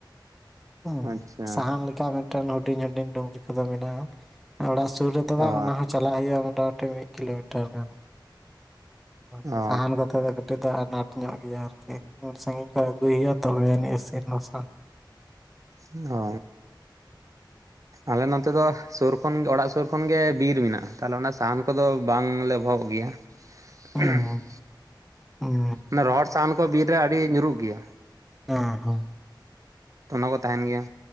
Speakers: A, in the centre; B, on the right (about 45°).
A: <inaudible> ᱦᱩᱸ
B: ᱟᱪᱪᱷᱟ
A: ᱥᱟᱦᱟᱱ ᱞᱮᱠᱟ ᱢᱤᱫᱴᱟᱝ ᱦᱩᱰᱤᱧ ᱦᱩᱰᱤᱧ ᱰᱩᱝᱨᱤ ᱠᱚᱫᱚ ᱢᱮᱱᱟᱜᱼᱟ ᱚᱲᱟᱜ ᱥᱩᱨ ᱨᱮ ᱛᱚ ᱵᱟᱝ
B: ᱚ
A: ᱚᱱᱟ ᱦᱚᱸ ᱪᱟᱞᱟᱜ ᱦᱩᱭᱩᱜᱼᱟ ᱢᱚᱴᱟ ᱢᱩᱴᱤ ᱢᱤᱫ ᱠᱤᱞᱳᱢᱤᱴᱟᱨ ᱜᱟᱱ ᱦᱮ
B: ᱚ
A: ᱥᱟᱦᱟᱱ ᱠᱟᱛᱮ ᱱᱮᱛᱚᱜ ᱫᱚ ᱠᱟᱹᱴᱤᱡ ᱫᱚ ᱟᱱᱟᱴ ᱧᱚᱜ ᱜᱮᱭᱟ ᱟᱨᱠᱤ ᱩᱱ ᱥᱟᱺᱜᱤᱧ ᱠᱷᱚᱱᱚᱡ ᱟᱹᱜᱩᱭ ᱦᱩᱭᱩᱜᱼᱟ ᱛᱚᱵᱮ ᱟᱹᱱᱤᱡ ᱤᱥᱤᱱ ᱵᱟᱥᱟᱝ
B: ᱚ
A: <inaudible>
B: ᱟᱞᱮ ᱱᱚᱛᱮ ᱫᱚ ᱥᱩᱨ ᱠᱷᱚᱱᱜ ᱚᱲᱟᱜ ᱥᱩᱨ ᱠᱷᱚᱱᱜᱮ ᱵᱤᱨ ᱢᱮᱱᱟᱜ-ᱟ ᱛᱟᱦᱚᱞᱮ ᱚᱱᱟ ᱥᱟᱦᱟᱱ ᱠᱚᱫᱚ ᱵᱟᱝᱞᱮ ᱚᱵᱷᱟᱵᱚᱜ ᱜᱮᱭᱟ
A: ᱦᱩᱸ
B: ᱦ <unintelligible>
A: ᱦᱩᱸ
B: ᱢᱮ ᱨᱚᱦᱚᱲ ᱥᱟᱦᱟᱱ ᱠᱚ ᱵᱤᱨ ᱨᱮ ᱟᱹᱰᱤ ᱧᱩᱨᱩᱜ ᱜᱮᱭᱟ
A: ᱦᱮᱸ ᱦᱮᱸ
B: ᱚᱱᱟ ᱠᱚ ᱛᱟᱦᱮᱱ ᱜᱮᱭᱟ